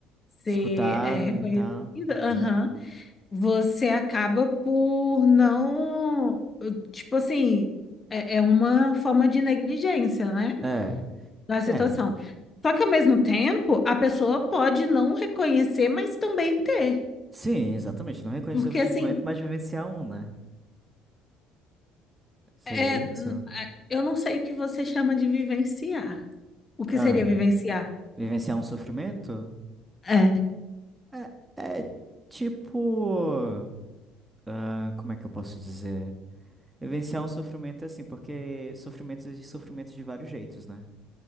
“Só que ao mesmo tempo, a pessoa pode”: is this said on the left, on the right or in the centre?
Left